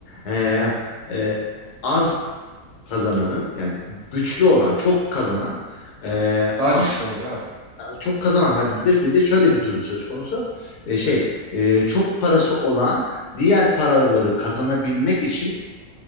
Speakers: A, on the left; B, on the right.
A: E, e, az kazananın yani güçlü olan çok kazanan e,
B: Daha
A: az
B: güçlü oluyor abi.
A: çok kazanan hadi bir de, bir de şöyle bir durum söz konusu. E, şey e, çok parası olan diğer paraları kazanabilmek için